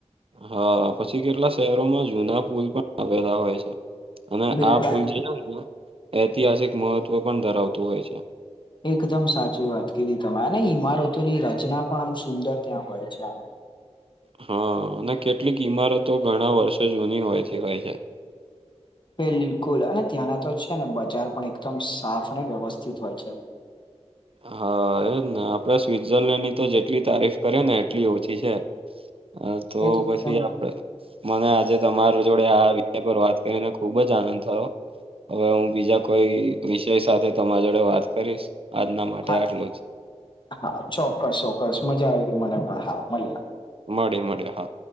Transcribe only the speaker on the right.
હ, પછી કેટલા શહેરોમાં જુના પુલ પણ આવેલા હોય છે અને
આ પુલ જે ઐતિહાસિક મહત્વ પણ ધરાવતું હોય છે.
હા અને કેટલીક ઈમારતો ઘણા વર્ષો જૂની હોયથી હોય છે
હા એજ ને આપડે સ્વઝરલેન્ડની તો જેટલી તારીફ કરી ને એટલી ઓછી છે હા તો
પછી આપડે મને આજે તમાર જોડે આ વિષય પર વાત કરીને ખુબ જ આનંદ થયો હવે હું બીજા કોઈ વિષય સાથે તમારા જોડે વાત કરીશ આજના માટે
આટલું જ
મળીયે મળીયે હા